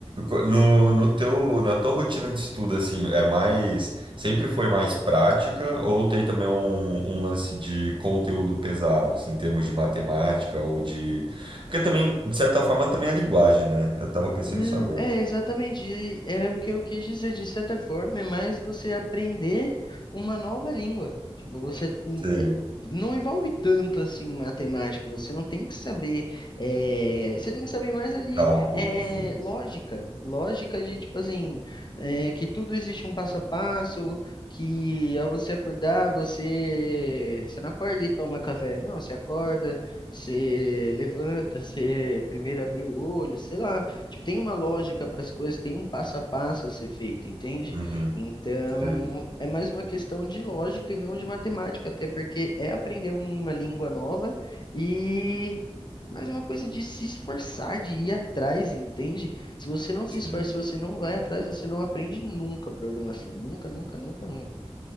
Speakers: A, on the right (about 50°); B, on the left (about 45°).
A: Co- No, no teu, na tua rotina de estudo, assim, é mais, sempre foi mais prática ou tem também um, um lance de conteúdo pesado, assim, em termos de matemática ou de... Porque também, de certa forma, também é linguagem, né? Eu tava pensando
B: Não,
A: nisso agora.
B: é exatamente, e era o que eu quis dizer, de certa forma, é mais você aprender uma nova língua. Tipo, você hum,
A: Sim,
B: é, não envolve tanto assim matemática, você não tem que saber, é, você tem que saber mais ali
A: cálculo
B: é,
A: profundo.
B: lógica, lógica de tipo assim, é, que tudo existe um passo a passo, que ao você acordar, você, você não acorda e toma café, não, você acorda, você levanta, <laughs> você primeiro abre o olho, sei lá. Tipo, tem uma lógica para as coisas, tem um passo a passo a ser feito, entende?
A: Uhum,
B: Então,
A: sim,
B: é mais uma questão de lógica e não de matemática, até porque é aprender uma língua nova e mais uma coisa de se esforçar, de ir atrás, entende? Se você não se
A: sim.
B: esforça, se você não vai atrás, você não aprende nunca programação, nunca, nunca, nunca, nunca.